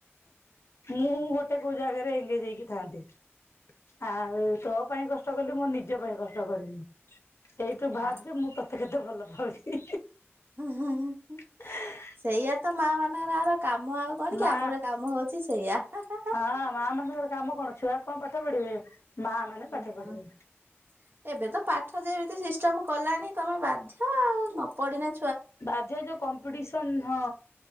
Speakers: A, on the left; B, on the right.
A: ମୁଁ ଗୋଟେ କୋଉ ଜାଗାରେ ଏଙ୍ଗେଜ ହେଇକି ଥାଆନ୍ତି। ଆଉ ତୋ ପାଇଁ କଷ୍ଟ କଲି ମୁଁ ନି ନିଜ ପାଇଁ କଷ୍ଟ କରିନି ସେଇଠୁ
B: ଆ
A: ଭାବ ଯେ ମୁଁ ତତେ କେତେ ଭଲ ପାଉଚି।
B: ହୁଁ ହୁଁ ହୁଁ।
A: <unintelligible>
B: ସେଇୟା ତ ମା ମାନଙ୍କରର କାମ ଆଉ କଣ
A: ମା
B: କି ଆମର କାମ ହଉଛି ସେଇଆ ହା ହା।
A: ହଁ ମା ମାନଙ୍କର କା ମ କଣ ଛୁଆ କ ପାଠ ପଢିବେ? ମା
B: <unintelligible>
A: ମାନେ ପାଠ ପଢିବେ
B: ଏବେ ତ ପାଠ ଯେମିତି ସିଷ୍ଟମ କଲାଣି ତମେ ବାଧ୍ୟ୍ୟ ଆଉ ନ ପଢ଼ିଲେ
A: ବାଧ୍ୟ୍ୟ ଯୋଉ କମ୍ପିଡିସନ୍ ହଁ